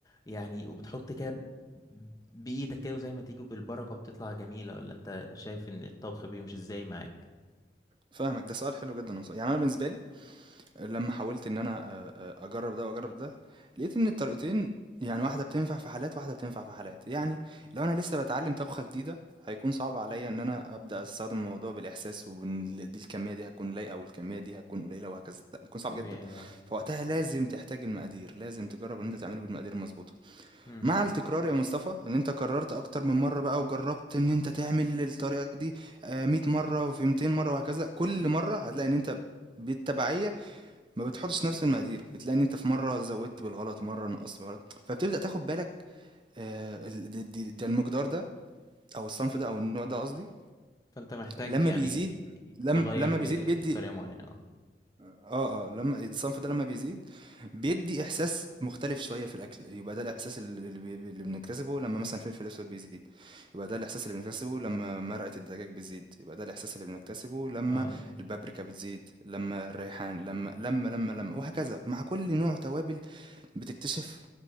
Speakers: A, on the left; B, on the right.
A: يعني وبتحط كده ب- بايدك كده وزي ما تيجي بالبركة وبتطلع جميلة ولا انت شايف ان الطبخ بيمشي ازاي معاك
B: فاهمك ده سؤال حلو جدا والله. يعني انا بالنسبه لي لما حاولت ان انا آه، آه، اجرب ده واجرب ده لقيت ان الطريقتين يعني واحده بتنفع في حالات واحده بتنفع في حالات يعني لو انا لسه بتعلم طبخه جديده هيكون صعب عليا ان انا ابدا استخدم الموضوع بالاحساس وان دي الكميه دي هتكون لايقه والكميه دي هتكون قليله وهكذا بيكون صعب
A: طبيعي
B: جدا فوقتها لازم تحتاج المقادير لازم تجرب ان انت تعمله بالمقادير المظبوطه
A: اه
B: مع التكرار يا مصطفى ان انت قررت اكتر من مره بقى وجربت ان انت تعمل الطريقه دي آه، 100 مره وفي 200 مره وهكذا كل مره هتلاقي ان انت بالتبعيه ما بتحطش نفس المقادير بتلاقي ان انت في مره زودت بالغلط مره نقصت بالغلط فبتبدا تاخد بالك آه، ال- دي- دي- ده المقدار ده او الصنف ده او النوع ده قصدي
A: فانت محتاج
B: لما
A: يعني
B: بيزيد لم
A: تغير
B: لما بيزيد
A: بطريقة
B: بيدي
A: معينة اه
B: اه اه لما الصنف ده لما بيزيد بيدي احساس مختلف شويه في الاكل يبقى ده الاحساس اللي, اللي بي- اللي بنكتسبه لما مثلا الفلفل الاسود بيزيد يبقى ده الاحساس اللي بنكتسبه لما مرقه الدجاج بتزيد يبقى ده الاحساس اللي بنكتسبه لما
A: اه
B: البابريكا بتزيد لما الريحان لما لما لما لما وهكذا مع كل نوع توابل بتكتشف